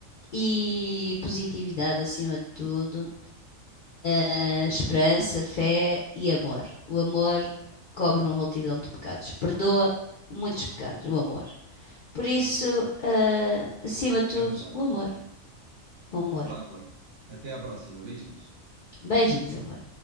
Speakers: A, on the left (about 65°); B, on the right (about 60°).
A: E positividade acima de tudo, eh, esperança, fé e amor. O amor
B: Ah,
A: cobre uma multidão de pecados, perdoa muitos pecados, o amor. Por isso, eh, acima de tudo,
B: É verdade.
A: o amor. O amor.
B: Então vá, amor. Até à próxima. Beijinhos.
A: Beijinhos, amor.